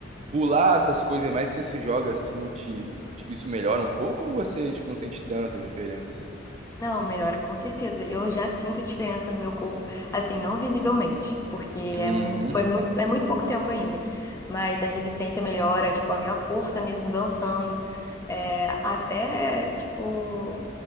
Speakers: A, on the right; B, on the left.
A: pular essas coisas, mas você se joga assim, te, te- isso melhora um pouco ou você, tipo, não sente tanta diferença assim?
B: Não, melhora com certeza. Eu já sinto a diferença no meu corpo, assim, não visivelmente, porque é,
A: Uhum,
B: mu- foi muito, é muito pouco tempo ainda. Mas a resistência melhora, tipo, a minha força mesmo dançando. É, até, tipo.